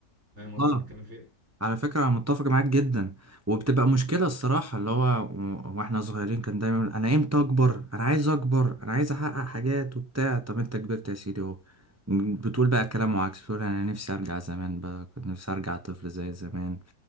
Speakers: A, on the right (about 40°); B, on the right (about 15°).
A: فاهم قصدي
B: اه
A: انا بتكلم في ايه؟
B: على فكرة انا متفق معاك جدا وبتبقى مشكلة الصراحة اللي هو و- واحنا صغيرين كان دايما يقول انا امتى اكبر انا عايز اكبر انا عايز احقق حاجات وبتاع طب انت كبرت يا سيدي اهو بتقول بقى كلام وعكس بتقول انا نفسي ارجع زمان بقى كنت نفسي ارجع طفل زي زمان